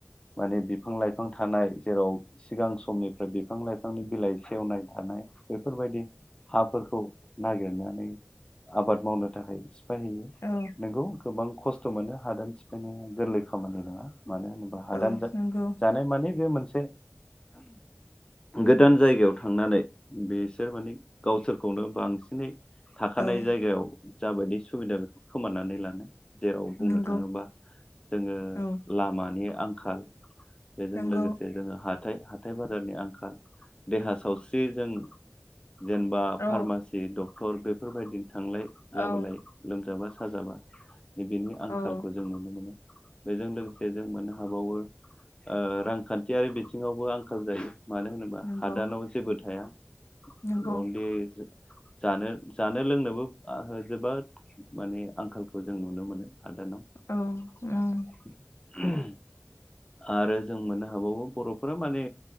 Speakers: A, on the left; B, on the left.
A: माने बिफां लाइफां बिफां थानाय जेराव सिगां समनिफ्राय बिफां लाइफां बिफांनि बिलाइ सेवनाय थानाय बेफोरबायदि हाफोरखौ नागिरनानै आबाद मावनो थाखाय सिफायहैयो
B: औ
A: नोंगौ गोबां खस्थ' मोनो हादान सिफायनाया गोरलै खामानि नङा मानो होनोबा हादान
B: औ नंगौ
A: जानाय माने बे मोनसे गोदान जायगायाव थांनानै बिसोर माने गावसोरखौनो बांसिनै थाखानाय
B: औ उम
A: जायगायाव जाबायदि सुबिदा बेखौ खोमानानै लानो जेराव बुंनो
B: नंगौ
A: थाङोबा जोङो
B: औ
A: लामानि आंखाल बेजों
B: नंगौ
A: लोगोसे जोङो हा हाय हाथाय बाजारनि आंखाल देहा सावस्रि जों जेनेबा
B: औ
A: फारमासि जि डक्टर बेफोरबायदिनो थांलाय
B: औ
A: लाबोलाय लोमजाबा साजाबा बेेनि आंखालखौ
B: औ
A: जों नुनो मोनो बेजों लोगोसे जों मोननो हाबावो ओ रांखान्थियारि बिथिङावबो आंखाल जायो मानो होनोबा
B: नंगौ
A: हादानाव जेबो थाया
B: नंगौ
A: औ दे जानो जानो लोंनोबो जोबोद माने आंखालखौ जों नुनो मोनो हादानाव
B: औ ओम
A: <unintelligible> आरो जों मोननो हाबावो बर'फोरा माने